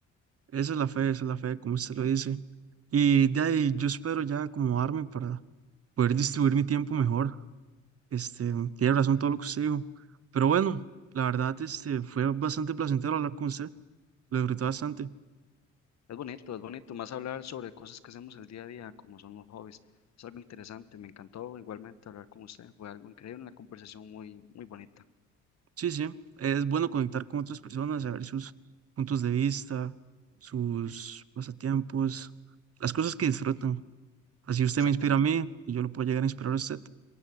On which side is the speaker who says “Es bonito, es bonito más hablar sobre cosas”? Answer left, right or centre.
Left